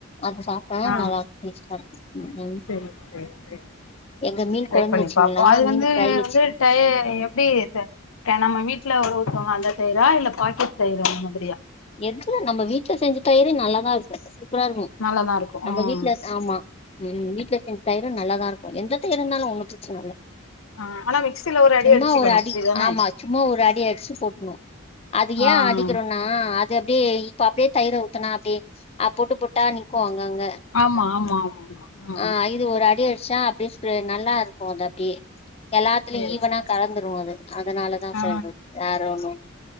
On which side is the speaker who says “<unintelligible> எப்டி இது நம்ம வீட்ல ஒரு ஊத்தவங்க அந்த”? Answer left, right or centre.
Left